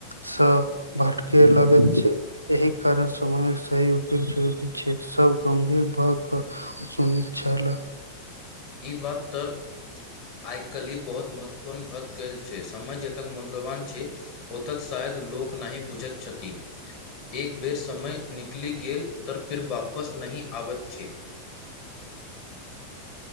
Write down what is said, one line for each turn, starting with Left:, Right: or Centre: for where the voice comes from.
Right: सँ भटके लगैत छैय। एहि कारण समयक सही उपयोग जरूरी छैय। सभ गम्भीर भए कऽ सुनि छलै।
Left: ई बात तर आइ काल्हि बहुत महत्व। उत्पन्न भऽ गेल छै, समय जतेक मूल्यवान छैय। ओतय शायद लोक नहि बुझैत छथि। एक बेर समय निकलि गेल तऽ फिर वापस नहि आबैत छै।